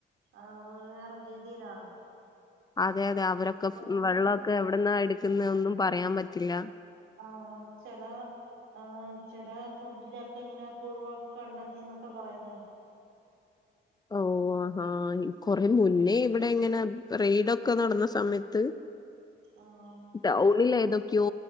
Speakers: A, on the right; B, on the left.
A: അത് വേറെ രീതിയിലാണ്
B: അതെ, അതെ അവരൊക്കെ
A: വൃത്തിയും
B: വെള്ളമൊക്കെ എവിടന്നാ എടുക്കുന്ന ഒന്നും പറയാൻ പറ്റില്ല.
A: ആ ചില.. ആ ചില ഫുഡിലൊക്കെ ഇങ്ങനെ പുഴു ഒക്കെ കണ്ടെത്തി എന്നൊക്കെ പറയുന്നതു കേട്ടു.
B: ഓ ആ കൊറേ മുന്നേ ഇവിടെ ഇങ്ങനെ റെയ്ഡൊക്കെ നടന്ന സമയത്ത്. <inaudible>
A: ആഹ
B: ടൗണിൽ ഏതൊക്കെയോ